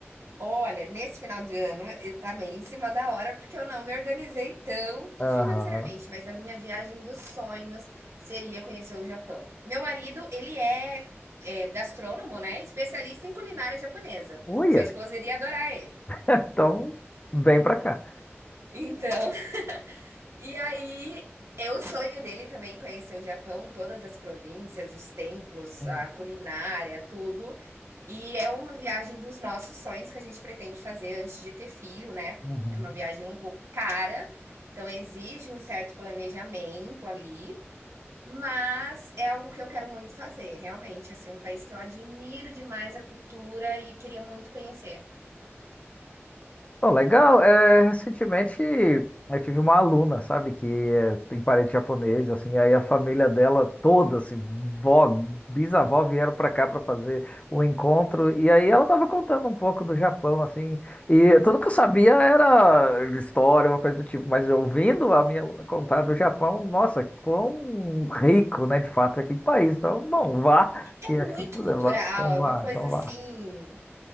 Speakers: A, on the right (about 75°); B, on the left (about 30°).
A: Olha, nesse final de ano está tá meio em cima da hora, porque eu não me organizei tanto
B: Aham.
A: financeiramente, mas a minha viagem dos sonhos seria conhecer o Japão. Meu marido, ele é, é gastrônomo, né? Especialista em culinária japonesa.
B: Uia,
A: Sua esposa iria adorar ele.
B: então vem pra cá.
A: Então, E aí, é o sonho dele também conhecer o Japão, todas as províncias, os templos,
B: <laughs>
A: a culinária, tudo. E é uma viagem dos nossos sonhos que a gente pretende fazer antes de ter filho, né?
B: Uhum.
A: É uma viagem um pouco cara, então exige um certo planejamento ali, mas é algo que eu quero muito fazer, realmente, assim, um país que eu admiro demais a cultura e queria muito conhecer.
B: Oh, legal. É, recentemente eu tive uma aluna, sabe, que é, tem parente japonês, assim, aí a família dela toda, assim, vó, bisavó vieram pra cá pra fazer o encontro, e aí ela tava contando um pouco do Japão, assim, e tudo que eu sabia era história, uma coisa do tipo, mas ouvindo a minha aluna contar do Japão, nossa, quão rico, né, de fato, é aquele país. Então, bom, vá, que
A: É
B: acho
A: muito
B: que eu vou
A: cultural,
B: levar. Então
A: é
B: vá,
A: uma coisa
B: então
A: assim
B: vá.